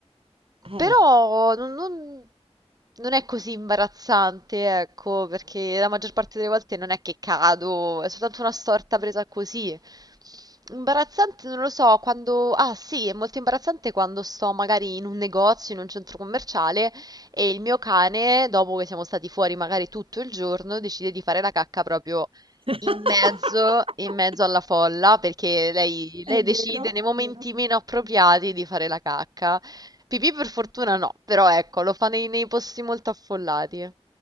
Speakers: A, on the right; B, on the right.
A: Eh.
B: Però non, non- non è così imbarazzante, ecco, perché la maggior parte delle volte non è che cado, è soltanto una storta presa così. Imbarazzante, non lo so, quando... Ah sì, è molto imbarazzante quando sto magari in un negozio, in un centro commerciale e il mio cane, dopo che siamo stati fuori magari tutto il giorno, decide di fare la cacca proprio
A: <laughs>
B: in mezzo, in mezzo alla folla, perché lei,
A: È
B: lei
A: vero,
B: decide nei
A: è
B: momenti
A: vero.
B: meno appropriati di fare la cacca. Pipì per fortuna no, però ecco, lo fa nei, nei posti molto affollati.